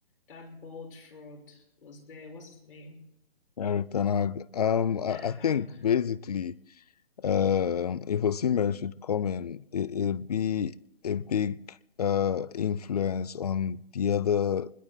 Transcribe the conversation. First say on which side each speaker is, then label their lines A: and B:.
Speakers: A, on the left; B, on the left.
A: that bald fraud was there. What's his name?
B: Eric Ten Hag. Um, I,
A: Ten
B: I
A: Hag.
B: think basically, um, if Osimhen should come in, it, it'll be a big uh influence on the other